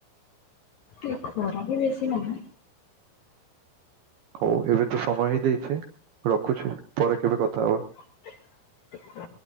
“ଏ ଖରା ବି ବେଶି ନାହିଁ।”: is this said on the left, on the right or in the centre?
Left